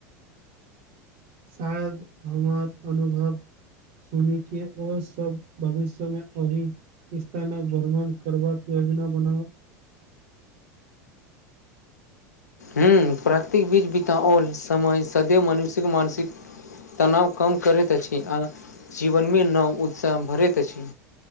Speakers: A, on the right (about 50°); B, on the left (about 80°).
A: शायद हमर अनुभ सुनी छिय और सब भविष्यमे अभ इथानक भ्रमण करबाक योजना बनाब
B: ह प्राकृतिक बीज बताओल समय सदैव मनुषिक मानसि तनाव कम करैत अछि आ जीवनमे नव उत्साह भरैत अछ